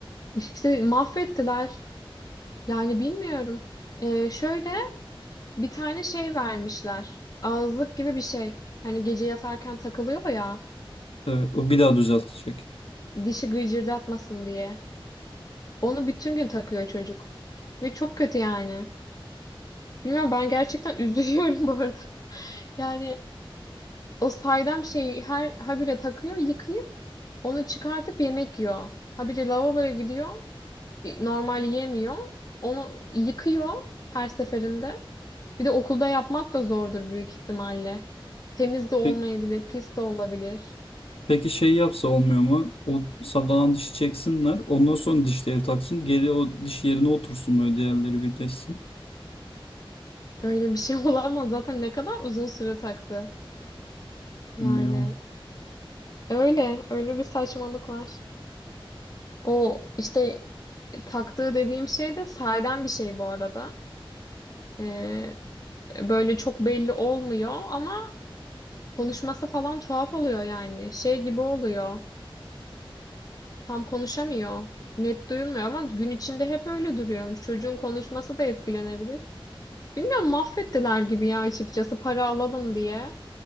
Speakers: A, on the left; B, on the left.
A: İşte mahvettiler. Yani bilmiyorum. E, şöyle Bir tane şey vermişler. Ağızlık gibi bir şey. Hani gece yatarken takılıyor ya.
B: Evet. O bir daha düzeltecek.
A: Dişi gıcırdatmasın diye. Onu bütün gün takıyor çocuk. Ve çok kötü yani. Bilmiyorum ben gerçekten <laughs> üzülüyorum bu arada. Yani o saydam şeyi her habire takıyor, yıkayıp onu çıkartıp yemek yiyor. Habire lavaboya gidiyor. e, Normal yemiyor. Onu yıkıyor her seferinde. Bir de okulda yapmak da zordur büyük ihtimalle. Temiz de olmayabilir,
B: Pe-
A: pis de olabilir.
B: Peki şey yapsa olmuyor mu? O sallanan dişi çeksinler. Ondan sonra dişleri taksın. Geri o diş yerine otursun böyle diğerleri birleşsin.
A: Öyle bir şey <laughs> olamaz. Zaten ne kadar uzun süre taktı. Yani
B: Bilmiyorum.
A: öyle, öyle bir saçmalık var. O işte taktığı dediğim şey de sahiden bir şey bu arada. Ee, böyle çok belli olmuyor ama konuşması falan tuhaf oluyor yani. Şey gibi oluyor. Tam konuşamıyor. Net duyulmuyor ama gün içinde hep öyle duruyormuş. Çocuğun konuşması da etkilenebilir. Bilmiyorum mahvettiler gibi ya açıkçası para alalım diye.